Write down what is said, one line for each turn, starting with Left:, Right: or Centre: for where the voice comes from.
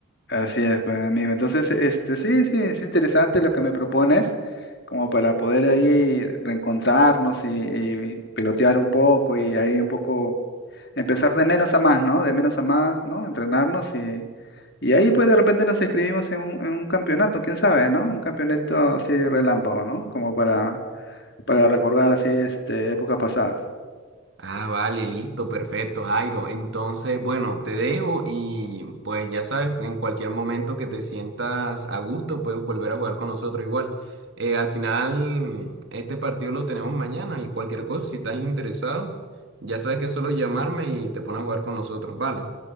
Left: así es, pues, amigo. Entonces, este, sí, sí, es interesante lo que me propones, como para poder ahí reencontrarnos y, y pelotear un poco y ahí un poco empezar de menos a más, ¿no? De menos a más, ¿no? Entrenarnos y, y ahí pues de repente nos inscribimos en un, en un campeonato, quién sabe, ¿no? Un campeonato así relámpago, ¿no? Como para, para recordar así, este, épocas pasadas.
Right: Ah, vale, listo, perfecto, Jairo. Entonces, bueno, te dejo y pues ya sabes, en cualquier momento que te sientas a gusto, puedes volver a jugar con nosotros igual. Eh, al final, este partido lo tenemos mañana y cualquier cosa, si estás interesado, ya sabes que es solo llamarme y te pones a jugar con nosotros, vale.